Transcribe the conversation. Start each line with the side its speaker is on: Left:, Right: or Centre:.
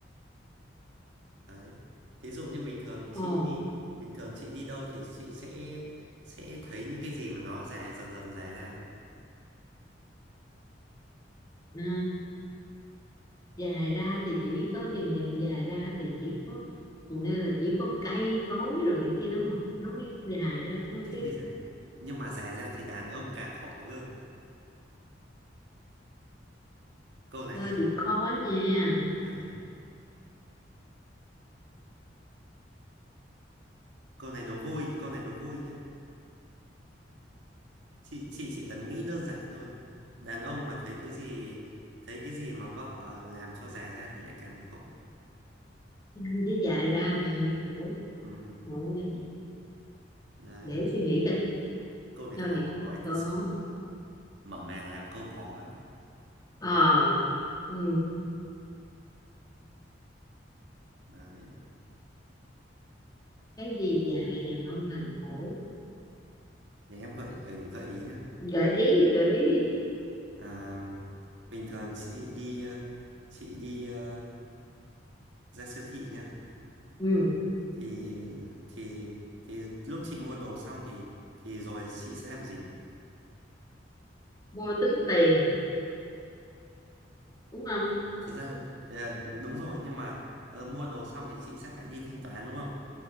Right: Đấy. Thí dụ như bình thường chị
Left: ồ
Right: đi, bình thường chị đi đâu thì chị sẽ sẽ thấy những cái gì mà nó dài dần dần dài ra.
Left: ừ, dài ra thì chỉ có dần dần dài ra thì chỉ có nên là chỉ có cây cối rồi này kia nó mọc nó mới dài ra thôi
Right: Thế
Left: chứ
Right: thì dài. Nhưng mà dài ra thì đàn ông càng khổ cơ. Câu này
Left: thôi
Right: hơi khó.
Left: thì khó nha
Right: Đấy. Câu này đố vui, câu này đố vui nhá. Chị chị chỉ cần nghĩ đơn giản thôi. Đàn ông mà thấy cái gì thấy cái gì mà vợ ờ, làm cho dài ra thì lại càng thấy khổ.
Left: anh chứ dài ra càng lại khổ
Right: Ừ,
Left: Khổ ra.
Right: đấy.
Left: để suy nghĩ coi
Right: Câu này
Left: thôi
Right: khó,
Left: bị
Right: câu này thật
Left: khó
Right: sự là khó. Mở màn làm câu khó quá.
Left: ờ Ừ,
Right: Đấy.
Left: cái gì dài đàn ông bằng cổ
Right: Để em gợi ấy, gợi ý nhá
Left: gợi ý đi gợi ý đi
Right: À, bình thường chị đi ờ, chị đi ờ, ra siêu thị nhá
Left: ừ.
Right: thì thì thì lúc chị mua đồ xong thì thì rồi chị sẽ làm gì?
Left: mua tính tiền đúng không
Right: Thật ra ờ, đúng rồi nhưng mà ờ, mua đồ xong thì chị sẽ phải đi thanh toán đúng không?